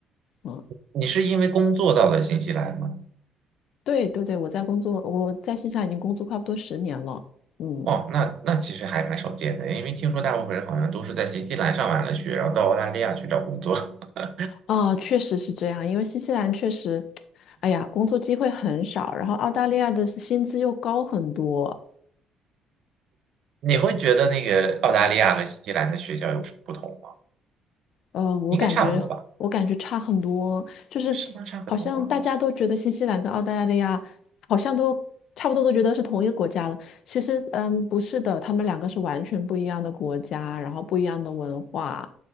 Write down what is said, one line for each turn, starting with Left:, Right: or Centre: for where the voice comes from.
Left: 嗯，
Right: 你是因为工作到了新西兰吗？
Left: 对对对，我在工作，我在新西兰已经工作差不多十年了，嗯，
Right: 哦，那那其实还蛮少见的，因为听说大部分人好像都是在新西兰上完了学，然后到澳大利亚去找工作。<laughs>
Left: 啊，确实是这样，因为新西兰确实，哎呀，工作机会很少，然后澳大利亚的薪资又高很多，
Right: 你会觉得那个澳大利亚和新西兰的学校有什么不同吗？
Left: 呃，我感觉我感觉差很多，
Right: 应该差不多吧？
Left: 就是好像大家都觉得新西兰跟澳大利亚好像都差不多，
Right: 是吗？差很多吗？
Left: 都觉得是同一个国家了。其实，嗯，不是的，他们两个是完全不一样的国家，然后不一样的文化，